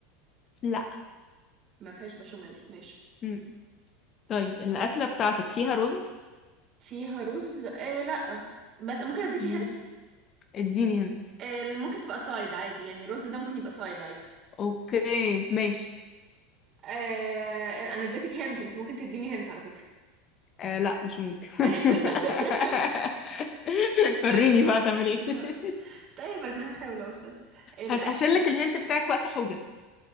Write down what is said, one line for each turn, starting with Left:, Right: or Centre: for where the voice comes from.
Left: لا
Right: ما فيهاش بشاميل ماشي
Left: مم. طيب الأكلة بتاعتك فيها رز
Right: فيها رز إيه لا بس ممكن اديكي
Left: مم.
Right: هنت
Left: اديني هنت
Right: إيه ممكن تبقى سايد عادي يعني الرز ده ممكن يبقى سايد عادي
Left: اوكي ماشي
Right: إيه انا اديتك هنت انت ممكن تديني هنت على فكره
Left: أه لا مش ممكن
Right: <laughs>
Left: <laughs> وريني
Right: طيب
Left: بقى تعمل ايه <laughs>
Right: طب طيب انا هحاول اوصل الاكل
Left: هش هشيل لك الهنت بتاعك وقت حوجة